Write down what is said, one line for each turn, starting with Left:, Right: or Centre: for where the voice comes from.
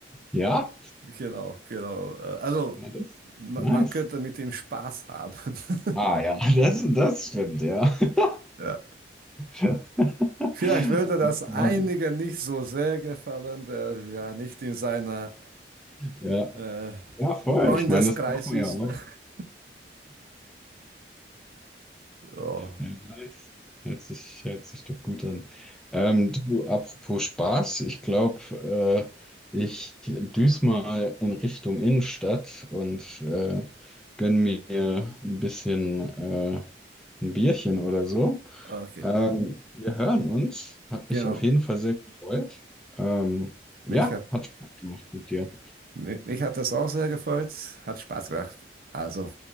Centre: Ja,
Right: Genau, genau. Äh, Also
Centre: ja, das,
Right: ma-
Centre: nice.
Right: man könnte mit ihm Spaß haben. <laughs>
Centre: Ah ja, <laughs> das, das stimmt, ja. <laughs>
Right: Ja.
Centre: Ja. <laughs>
Right: Vielleicht
Centre: Alles
Right: würde das einigen
Centre: klar, du.
Right: nicht so sehr gefallen, der ja nicht in seiner
Centre: Ja.
Right: äh,
Centre: Ja, voll.
Right: Freundeskreis
Centre: Ich meine, das braucht man
Right: ist.
Centre: ja auch.
Right: <laughs> Oh,
Centre: Ja, nice. Hört sich, hört sich doch gut an. Ähm, du, apropos Spaß, ich glaube, äh, ich düse mal in Richtung Innenstadt und äh, gönn mir ein bisschen äh, ein Bierchen oder so.
Right: okay,
Centre: Ähm, wir hören uns. Hat
Right: genau.
Centre: mich auf jeden Fall sehr gefreut. Ähm, ja,
Right: Mich hat,
Centre: hat Spaß gemacht mit dir.
Right: mich, mich hat das auch sehr gefreut. Hat Spaß gemacht. Also.